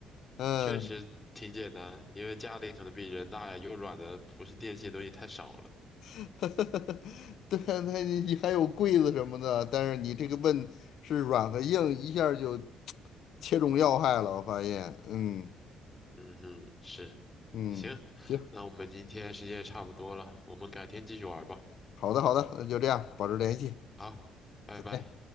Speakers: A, on the left; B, on the left.
A: 嗯，
B: 确实挺简单，因为家里可能比人大呀，又软的，不是电器的东西太少了。
A: <laughs> 对啊，那你还有柜子什么的，但是你这个问是软和硬，一下儿就切中要害了，我发现，嗯
B: 嗯哼，是。
A: 嗯，
B: 行，
A: 行，
B: 那我们今天时间也差不多了，我们改天继续玩吧。
A: 好的好的，那就这样，保持联系，
B: 好，拜拜。
A: 再见。